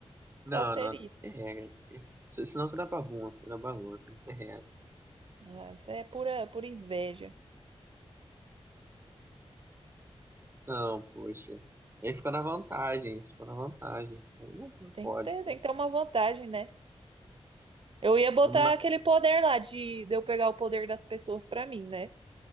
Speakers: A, on the right (about 55°); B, on the right (about 20°).
A: qual
B: Não,
A: seria?
B: não, tem que ter regra. Tem que ter... se- Senão fica na bagunça, fica na bagunça, tem que ter regra.
A: Ah, isso é pura, pura inveja.
B: Não, poxa. Aí fica na vantagem, isso fica na vantagem. Aí não não
A: Tem
B: pode,
A: que ter, tem
B: pô.
A: que ter uma vantagem, né? Eu ia botar
B: Mas,
A: aquele poder lá de, de eu pegar o poder das pessoas pra mim, né?